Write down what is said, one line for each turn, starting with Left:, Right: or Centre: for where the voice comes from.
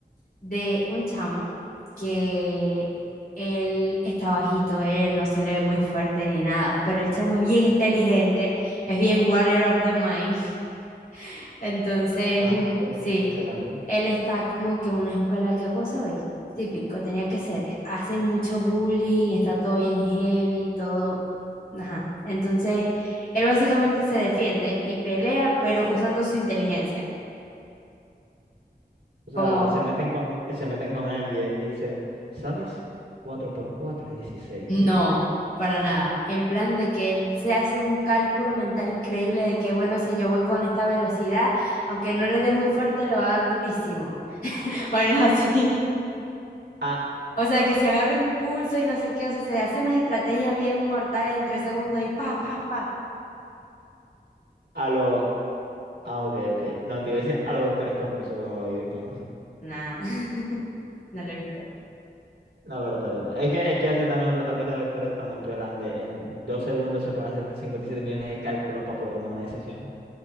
Left: de un chamo que él está bajito, él no se le ve muy fuerte ni nada, pero el chamo es bien inteligente, es bien warrior of the mind. <laughs> Entonces,
Right: Ah,
Left: mm,
Right: ex-
Left: sí.
Right: excelente.
Left: Él está como que en una escuela que vos sabéis, típico, tenía que ser. eh, Hacen mucho bullying, está todo bien heavy, todo. Ajá. Entonces, él básicamente se defiende y pelea, pero usando su inteligencia.
Right: O sea,
Left: Como,
Right: se meten con, se meten con él y él dice, ¿sabes? cuatro por 4 es dieciséis
Left: no, para
Right: Ah,
Left: nada. En plan de que él se hace un cálculo mental increíble de que, bueno, si yo voy con esta velocidad, aunque no le dé muy fuerte, le va a dar durísimo. <laughs> Bueno, así.
Right: ah,
Left: O sea, que si agarro impulso y no sé qué, o sea, se hace unas estrategias bien mortales en tres segundos y pa, pa, pa.
Right: a lo... Ah, ok, ok. No, te iba a decir a lo Doctor Stone, pero eso bueno, lo vi Stone. <laughs>
Left: Nah, <laughs> no lo he visto.
Right: No, pero está bien. Es que, es que así también el protagonista de Doctor Stone en Piolande en dos segundos se pone a hacer cincuenta y siete millones de cálculos para poder tomar una decisión.